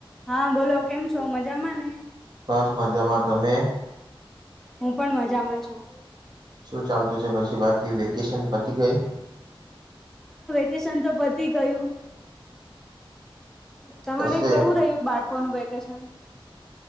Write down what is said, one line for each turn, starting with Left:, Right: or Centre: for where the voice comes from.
Centre: હા બોલો, કેમ છો? મજામાં ને?
Right: બસ મજામાં. તમે?
Centre: હું પણ મજામાં છું.
Right: શું ચાલતું છે પછી બાકી વે વેકેશન પતી ગયું?
Centre: કેશન તો પતિ ગયું. તમારે
Right: કશે
Centre: કેવું રહ્યું બાળકોનું વેકેશન?